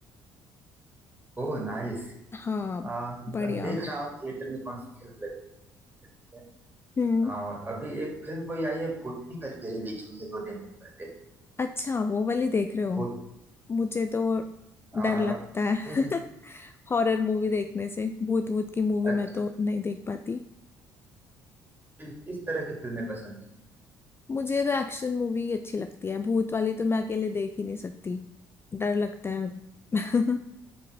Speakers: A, on the right (about 20°); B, on the left (about 25°).
A: ओ नाइस
B: हाँ
A: अब
B: बढ़िया
A: देख रहा हूँ थिएटर में कौन सी फिल्म लगी है
B: हम्म
A: अ, अभी एक फिल्म कोई आई है भूतनी करके रिलीज हुई है दो तीन दिन पहले
B: अच्छा वो वाली देख रहे हो
A: भूत
B: मुझे तो
A: अ,
B: डर लगता है
A: अभी
B: <laughs> हॉरर मूवी देखने से भूत भूत की मूवी
A: अच्छा,
B: मैं तो नहीं देख पाती
A: किस किस तरह की फिल्में पसंद है
B: मुझे तो एक्शन मूवी ही अच्छी लगती है भूत वाली तो मैं अकेले देख ही नहीं सकती डर लगता है <laughs>